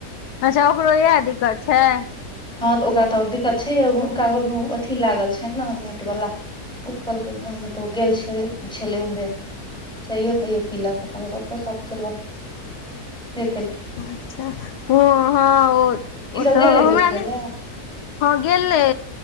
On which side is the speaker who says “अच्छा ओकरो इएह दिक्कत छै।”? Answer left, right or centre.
Left